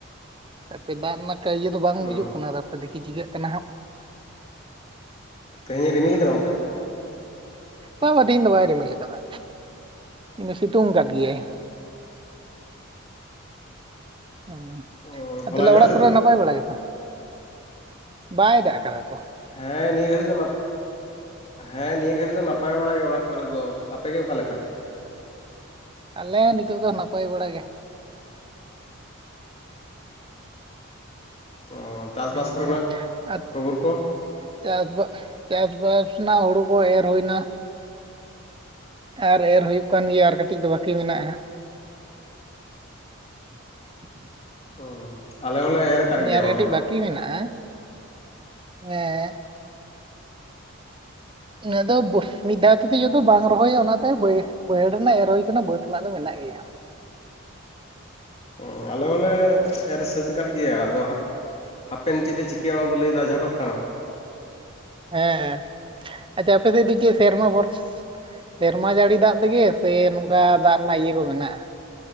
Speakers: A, on the right (about 25°); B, on the left (about 30°).
A: ᱟᱯᱮ ᱫᱟᱜ ᱨᱮᱱᱟᱜ ᱠᱤᱭᱟᱹ ᱫᱚ ᱵᱟᱝ
B: ᱦᱩᱸ
A: ᱵᱩᱡᱩᱜ ᱠᱟᱱᱟ ᱛᱟᱨᱯᱮ ᱰᱮᱞᱦᱤ ᱪᱤᱠᱟᱹᱜ ᱠᱟᱱᱟ ᱦᱟᱸᱜ
B: ᱛᱮᱦᱮᱧᱮ
A: ᱦᱸ
B: ᱨᱤᱢᱤᱞ ᱠᱟᱫᱟ ᱚᱱᱛᱮ
A: ᱵᱟᱝ ᱵᱚ ᱛᱤᱦᱤᱧ ᱫᱚ ᱵᱟᱭ ᱨᱤᱢᱤᱞ ᱠᱟᱫᱟ ᱤᱱᱟᱹ ᱥᱤᱛᱩᱝ ᱠᱟᱫ ᱜᱮᱭᱟᱭ᱾ ᱦᱩᱸ,
B: ᱚ
A: ᱟᱨ
B: ᱦᱚᱞᱟᱭ
A: ᱛᱟᱦᱞᱮ
B: ᱫᱟᱜ
A: ᱚᱲᱟᱜ
B: ᱞᱮᱫᱟ
A: ᱠᱚᱨᱮ ᱱᱟᱯᱟᱭ ᱵᱟᱲᱟ ᱜᱮᱛᱚ ᱵᱟᱭ ᱫᱟᱜ ᱟᱠᱟᱫᱟ ᱛᱚ᱾
B: ᱦᱮᱸ ᱱᱤᱭᱟᱹ ᱜᱷᱟᱹᱲᱤᱡ ᱫᱚ ᱱᱟᱯ ᱦᱮᱸ ᱱᱤᱭᱟᱹ ᱜᱷᱟᱹᱲᱤᱡ ᱫᱚ ᱱᱟᱯᱟᱭ ᱵᱟᱲᱟ ᱜᱮ ᱚᱲᱟᱜ ᱠᱚᱨᱮᱫ ᱫᱚ, ᱟᱯᱮᱜᱮ ᱚᱠᱟᱞᱮᱠᱟ?
A: ᱟᱞᱮ ᱱᱤᱛᱚᱜ ᱫᱚ ᱱᱟᱯᱟᱭ ᱵᱟᱲᱟ ᱜᱮ᱾
B: ᱚ, ᱪᱟᱥ-ᱵᱟᱥ
A: ᱦᱩᱸ
B: ᱠᱚᱨᱮᱱᱟᱜ
A: ᱟᱨ
B: ᱠᱷᱚᱵᱚᱨ ᱠᱚ?
A: ᱪᱟᱥ ᱵᱟ ᱪᱟᱥᱵᱟᱥ ᱨᱮᱱᱟᱜ ᱦᱩᱲᱩ ᱠᱚ ᱮᱨ ᱦᱩᱭᱮᱱᱟ᱾ ᱟᱨ ᱮᱨ ᱦᱩᱭᱩᱜ ᱠᱟᱱ ᱜᱮᱭᱟ ᱟᱨ ᱠᱟᱹᱴᱤᱡ ᱫᱚ ᱵᱟᱹᱠᱤ ᱢᱮᱱᱟᱜᱼᱟ᱾ <inaudible>
B: ᱦᱩᱸ ᱟᱞᱮᱦᱚᱞᱮ ᱮᱨ ᱠᱟᱜ
A: ᱱᱤᱭᱟᱹ
B: ᱜᱮᱭᱟ
A: ᱟᱨ
B: ᱵᱟᱝ
A: ᱠᱟᱹᱴᱤᱡ
B: ᱫᱚ
A: ᱵᱟᱹᱠᱤ
B: ᱵᱟᱝ
A: ᱢᱮᱱᱟᱜᱼᱟ, ᱦᱮᱸ᱾ ᱤᱱᱟᱹ ᱫᱚ ᱢᱤᱫ ᱫᱷᱟᱣᱛ ᱛᱮ ᱡᱚᱛᱚ ᱵᱟᱝ ᱨᱚᱦᱚᱭᱟ ᱚᱱᱟᱛᱮ ᱵᱟᱹᱭ ᱵᱟᱹᱭᱦᱟᱹᱲ ᱨᱮᱱᱟᱜ ᱮᱨ ᱦᱩᱭ ᱠᱟᱱᱟ ᱵᱟᱹᱫᱽ ᱨᱮᱱᱟᱜ ᱫᱚ ᱢᱮᱱᱟᱜ ᱜᱮᱭᱟ᱾
B: ᱦᱩᱸ ᱟᱞᱮ ᱦᱚᱸᱞᱮ ᱮᱨ ᱥᱟᱹᱛ ᱠᱟᱜ ᱜᱮᱭᱟ ᱟᱫᱚ ᱦᱟᱸᱜ ᱦᱟᱯᱮᱱ ᱪᱮᱫ-ᱮ ᱪᱤᱠᱟᱹᱭᱟ ᱚᱱᱟ ᱫᱚ ᱞᱟᱹᱭ ᱫᱚ ᱟᱡᱷᱟᱴᱚᱜ ᱠᱟᱱᱟ᱾
A: ᱦᱮᱸ ᱦᱮᱸ ᱟᱪᱪᱷᱟ ᱟᱯᱮ ᱥᱮᱫ ᱫᱚ ᱪᱮᱫ ᱥᱮᱨᱢᱟ ᱵᱚᱨᱥ ᱥᱮᱨᱢᱟ ᱡᱟᱹᱲᱤ ᱫᱟᱜ ᱛᱮᱜᱮ ᱥᱮ ᱱᱚᱝᱠᱟ ᱫᱟᱜ ᱨᱮᱱᱟᱜ ᱤᱭᱟᱹ ᱠᱚ ᱢᱮᱱᱟᱜ-ᱟ